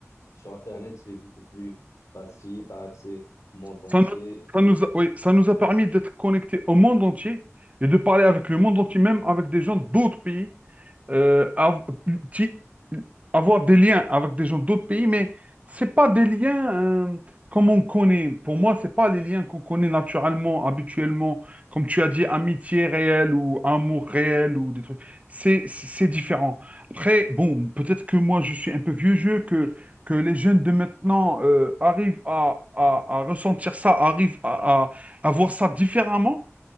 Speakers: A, on the left (about 90°); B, on the right (about 30°).
A: sur Internet, c'est beaucoup plus facile, tu as accès au monde entier.
B: Ça nous, ça nous a, oui, ça nous a permis d'être connectés au monde entier et de parler avec le monde entier, même avec des gens d'autres pays, euh, av- qui- avoir des liens avec des gens d'autres pays, mais c'est pas des liens euh, comme on connaît. Pour moi, c'est pas les liens qu'on connaît naturellement, habituellement, comme tu as dit, amitié réelle ou amour réel ou des trucs. C'est c'est différent. Après, bon, peut-être que moi, je suis un peu vieux jeu, que que les jeunes de maintenant euh, arrivent à, à- à ressentir ça, arrivent à, à- à voir ça différemment,